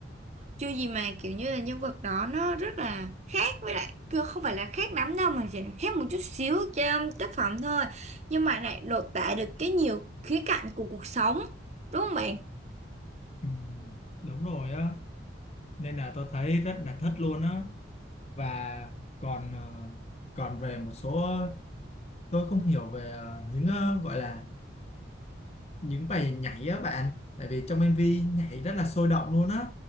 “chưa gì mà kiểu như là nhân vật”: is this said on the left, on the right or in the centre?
Right